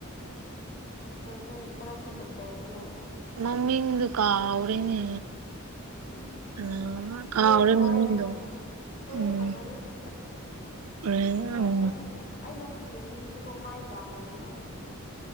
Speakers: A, on the left (about 45°); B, on the right (about 80°).
A: ꯗꯣꯛꯇꯔꯗꯩ ꯀꯔꯝꯕ ꯗꯣꯛꯇꯔ ꯑꯣꯏꯕꯖꯠꯅꯣꯒꯣ꯫
B: ꯃꯃꯤꯗꯣ ꯀꯥꯎꯔꯦꯅꯦ꯫
A: ꯎꯝ
B: ꯀꯅꯥ ꯀꯥꯎꯔꯦ
A: ꯍꯣꯔꯦꯟ ꯍꯥꯏꯔꯒꯦ꯫
B: ꯃꯃꯤꯡꯗꯣ
A: ꯍꯣꯔꯦꯟ
B: ꯎꯝ
A: ꯍꯪꯉꯒꯦ ꯁꯣꯝꯗ
B: ꯍꯣꯔꯦꯟ
A: ꯍꯣꯏ
B: ꯎꯝ
A: ꯑꯩꯗꯤ ꯑꯩꯅ ꯍꯧꯖꯤꯛ ꯌꯦꯡꯅꯤꯡꯕꯗꯤꯀꯣ ꯃꯥꯏ ꯗꯥꯛ ꯂꯩꯕꯗꯣ꯫